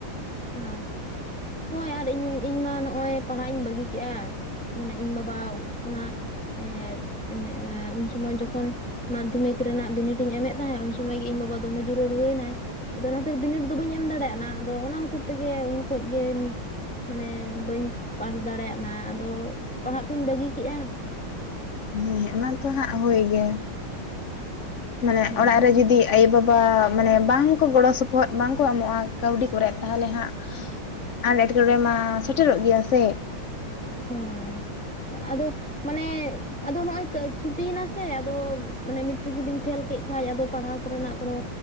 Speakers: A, in the centre; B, on the left (about 65°).
A: ᱦᱳᱭᱸ ᱦᱳᱭᱸ ᱟᱨ ᱤᱧ ᱤᱧ ᱢᱟ ᱱᱚᱜᱼᱚᱭ ᱯᱟᱲᱦᱟᱣᱼᱟ ᱤᱧ ᱵᱟᱹᱜᱤ ᱠᱮᱫᱼᱟ ᱢᱟᱱᱮ ᱤᱧ ᱵᱟᱵᱟ ᱚᱱᱟ ᱩᱱ ᱮᱢᱮᱼᱟ ᱩᱱ ᱥᱚᱢᱚᱭ ᱡᱚᱹᱠᱷᱚᱱ᱾ ᱢᱟᱫᱽᱫᱷᱚᱢᱤᱠ ᱨᱮᱱᱟᱼᱜ ᱵᱤᱱᱤᱰ ᱤᱧ ᱮᱢᱮᱫ ᱛᱟᱦᱮᱸᱱ ᱩᱱ ᱥᱚᱢᱚᱭ ᱜᱮ ᱤᱧ ᱵᱟᱵᱟ ᱫᱚᱢᱮ ᱡᱳᱨᱮ ᱨᱩᱣᱟᱹᱭᱱᱟᱭᱹ ᱟᱼᱫᱚ ᱚᱱᱟᱛᱤᱨ ᱵᱤᱱᱤᱰ ᱫᱚ ᱵᱟᱹᱧ ᱮᱢ ᱫᱟᱲᱮᱭᱟᱜᱼᱟ ᱟᱼᱫᱚ ᱚᱱᱟ ᱠᱷᱟᱹᱛᱤᱨ ᱛᱮ ᱜᱮ ᱩᱱ ᱠᱷᱚᱱ ᱜᱮ ᱢᱟᱱᱮ ᱵᱟᱹᱧ ᱯᱟᱥ ᱫᱟᱲᱮᱭᱟᱜᱱᱟᱹ ᱟᱼᱫᱚ ᱯᱟᱲᱹᱦᱟᱜᱸ ᱠᱩᱧ ᱵᱟᱹᱜᱤ ᱠᱮᱫᱼᱟ
B: ᱦᱮᱸ ᱚᱱᱟᱹ ᱛᱚ ᱦᱟᱸᱜ ᱦᱳᱭ ᱜᱮ ᱢᱟᱱᱮ
A: ᱦᱳᱭ
B: ᱚᱲᱟᱼᱜ ᱨᱮ ᱡᱩᱫᱤ ᱟᱭᱳᱼᱵᱟᱵᱟ ᱢᱟᱱᱮ ᱵᱟᱝᱼᱠᱚ ᱜᱚᱲᱚ ᱥᱚᱯᱚᱦᱚᱫ ᱵᱟᱝᱼᱠᱚ ᱮᱢᱚᱜᱼᱟ ᱠᱟᱹᱣᱰᱤ ᱠᱚᱹᱨᱮᱜ ᱛᱟᱦᱚᱸᱞᱮ ᱦᱟᱸᱜ ᱟᱨ ᱮᱞᱴ ᱠᱚᱹᱨᱮ ᱢᱟ ᱥᱮᱴᱮᱨᱚᱜ ᱜᱮᱼᱭᱟ ᱥᱮᱹ
A: ᱦᱳᱭᱸ ᱟᱼᱫᱚ ᱢᱟᱹᱱᱮ ᱟᱼᱫᱚ ᱱᱚᱜᱼᱚᱭ ᱪᱷᱩᱴᱤᱹᱭ ᱮᱱᱟ ᱮᱥ ᱟᱼᱫᱚ ᱢᱮᱴᱨᱤᱠ ᱡᱩᱫᱤᱧ ᱯᱷᱮᱞ ᱠᱮᱫ ᱠᱷᱟᱱ ᱫᱚ ᱯᱟᱲᱦᱟᱣᱼᱟ ᱠᱚᱹᱨᱮᱱᱟᱼᱜ ᱠᱳᱱᱳ